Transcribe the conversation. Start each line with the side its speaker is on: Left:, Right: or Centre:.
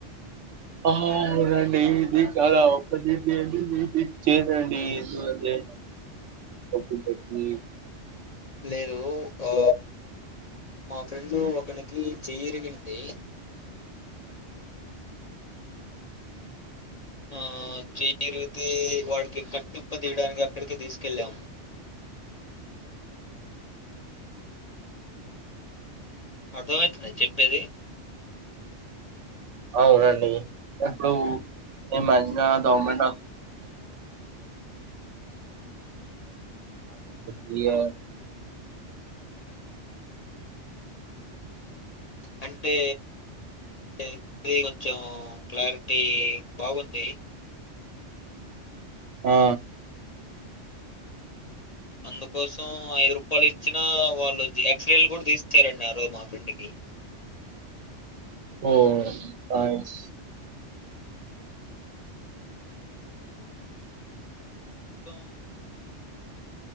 Right: ఆ హా అవునండి ఇది చాలా అప్పొర్చునిటి అండి మీకు ఇచ్చేది అండి ఏదో అది <inaudible>
Left: లేదు ఆ మా ఫ్రెండ్ ఒకనికి చేయి ఇరిగింది ఆ చేయి ఇరిగితే వాడికి కట్టుప్ప తీయడానికి అక్కడికి తీసుకెళ్ళామ్ అర్థమయితుందా చెప్పేది
Right: అవునండి ఇప్పుడు ఏ మధ్య గవర్నమెంట్ <inaudible>
Left: అంటే ఇది కొంచెం క్లారిటీ బాగుంది
Right: ఆ
Left: అందుకోసం ఐదు రూపాల్ ఇచ్చిన వాళ్ళు, ఎక్స్రేలు కూడా తీస్తారండి ఆ రోజు మా ఫెండ్కి
Right: ఓ నైస్
Left: సో